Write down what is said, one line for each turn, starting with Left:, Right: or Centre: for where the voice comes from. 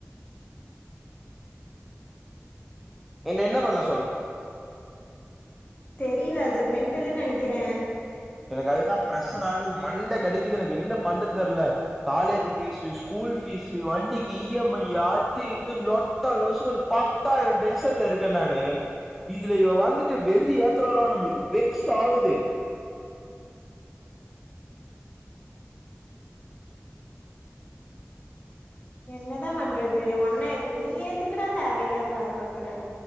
Centre: என்ன என்ன பண்ண சொ
Left: தெரில அது ஒரு மெண்டலு நெனை னைக்குற
Centre: எனக்கு அதுதா பிர்ஷராகுது மண்ட கடிக்குது எனக்கு என்ன பண்ற தெர்ல காலேஜ் ஃபீசு ஸ்கூல் ஃபீசு வண்டிக்கு இஎம்ஐ அது இது லொட்டா லோசுக்குன் பத்தாயிர டென்ஷன்ல இருக்கே நானு இதுல இவ வந்துட்டு வெறி ஏத்ராலா நம்ளுக்கு வெக்ஸாவுது
Left: என்னதா பண்றது ஒன்ன நீ எதுக்குடா தேவயில்லாத வேல பாக்குற